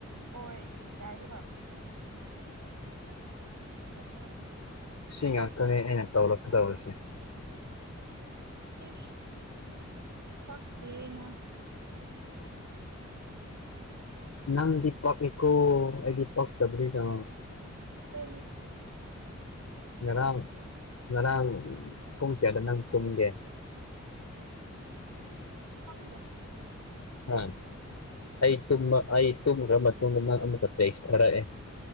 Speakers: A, on the right; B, on the left.
A: ꯍꯣꯏ ꯌꯥꯏꯕ ꯀꯁꯨ <unintelligible>
B: ꯁꯤ ꯉꯥꯛꯇꯅꯦ ꯑꯩꯅ ꯇꯧꯔꯛꯀꯗꯧꯔꯁꯦ
A: ꯏ ꯐꯅ
B: ꯅꯪꯗꯤ ꯄꯛ ꯀꯣ ꯑꯩꯗꯤ ꯄꯥꯛ ꯇꯕ꯭ꯔꯗ
A: ꯍ
B: ꯉꯔꯥꯡ ꯉꯔꯥꯡ ꯀꯨꯝ ꯀꯦꯗ ꯅꯪ ꯀꯨꯝꯒꯦ
A: ꯈꯪꯗꯦ
B: ꯎꯝ ꯑꯩ ꯑꯩ ꯇꯨꯝꯈ꯭ꯔ ꯃꯇꯨꯡꯗ ꯅꯪ ꯑꯃꯨꯛꯀ ꯇꯦꯛꯁ ꯊꯥꯔꯛꯑꯦ